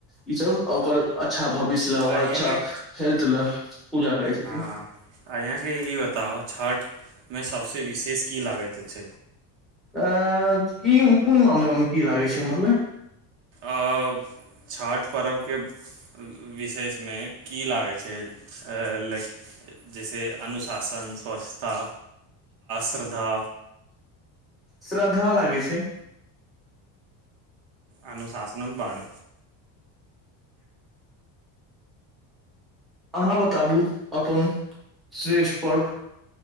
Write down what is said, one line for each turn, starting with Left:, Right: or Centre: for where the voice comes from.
Centre: ई सब ओकर अच्छा भविष्य ला ओकर
Right: अहीँके
Centre: अच्छा हेल्थ लए पूजा करै छथिन
Right: हँ अंया के ई बताव छठ मे सबसँ विशेष की लागैत छै
Centre: अ अ - की कोन मामलामे की लागै छै मतलब
Right: अ - छठि पर्वके विशेषमे की लागै छै लइक जइसे अनुशासन स्वच्छता श्रद्धा
Centre: श्रद्धा लागै छै
Right: अनुशासन न बारे
Centre: अहाँ बताबू अपन श्रेष्ठ पर्व